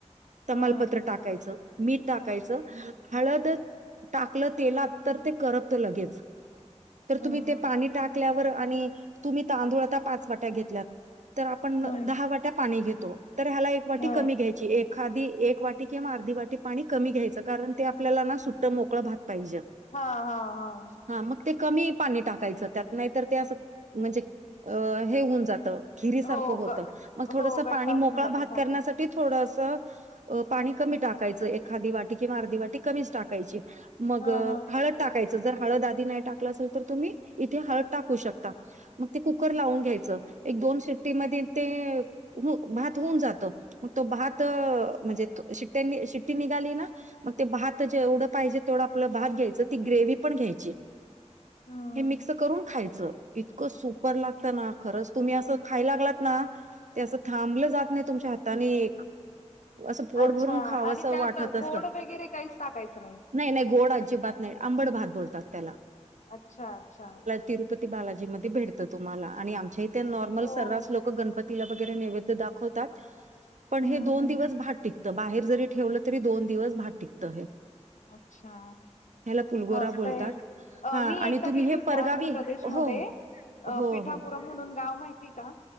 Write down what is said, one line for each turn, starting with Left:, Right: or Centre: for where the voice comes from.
Right: तमालपत्र
Left: हम्म
Right: टाकायचं मीठ टाकायचं हळद टाकलं तेलात तर ते करत लगेच तर
Left: हम्म
Right: तुम्ही ते पाणी टाकल्यावर आणि तुम्ही तांदूळ आता पाच वाट्या घेतल्यात तर आपण
Left: हम्म हम्म
Right: दहा वाट्या पाणी घेतो तर ह्याला एक वाटी
Left: हो
Right: कमी घ्यायची एखादी एक वाटी किंवा अर्धी वाटी पाणी कमी घ्यायचं कारण ते आपल्याला ना सुट्ट मोकळं भात पाहिजे
Left: हा हा हा
Right: हा मग ते कमी पाणी टाकायचं त्यात नाहीतर ते असं म्हणजे अ हे होऊन जातं. खिरी सारखं
Left: हो
Right: होत
Left: ग
Right: मग थोडसं
Left: हो गट्टा
Right: पाणी मोकळा
Left: होऊन जातो
Right: भात
Left: भातच
Right: करण्यासाठी- थोडसं पाणी कमी टाकायचं एखादी वाटी किंवा अर्धी वाटी कमीच टाकायची. मग
Left: हा हा
Right: हळद टाकायचं जर हळद आधी नाही टाकलं असेल तर तुम्ही इथे हळद टाक. शक मग ते कुकर लावून घ्यायचं एक दोन शिट्टीमध्ये ते- हो भात होऊन जातं मग तो भात म्हणजे शिट्ट्यांनी शिट्टी निघाली ना मग ते भात जेवढं पाहिजे तेवढं आपलं भात घ्यायचं ती ग्रेव्ही पण घ्यायची.
Left: हम्म
Right: हे मिक्स करून खायचं इतकं सुपर लागत ना खरंच तुम्ही असं खायला लागलात ना ते असं थांबलं जात नाही तुमच्या हाताने एक. असं पोट
Left: अच्छा
Right: भरून खावंसं
Left: आणि त्यात
Right: वाटत असं
Left: गोड वगैरे काहीच टाकायचं नाही.
Right: नाही नाही गोड अजी बात नाही आंबड भात बोलतात त्याला.
Left: अच्छा अच्छा
Right: तिुपती बालाजी म भेटत तुम्हाला आणि आमच्या इथे नॉर्मल
Left: हो
Right: सर्र
Left: हो
Right: लोक गणपती तिला वगैरे नैवेद दाखवतात
Left: हम्म
Right: पण हे
Left: हम्म
Right: दोन
Left: हम्म
Right: दिवस भाटिक. बाहेर जरी ठेवलं तरी दोन दिवस भात टिकतं हे
Left: अच्छा
Right: ह्याला पुलगोरा
Left: मस्त
Right: बोलतात
Left: आहे अ
Right: हा
Left: मी
Right: आणि
Left: एकदा
Right: तुम्ही
Left: गेली
Right: हे
Left: होती.
Right: परगावी
Left: ते आंध्र प्रदेशमध्येध्ये
Right: हो हो
Left: अ पिठापुरम
Right: हो
Left: म्हणून गाव माहिती का?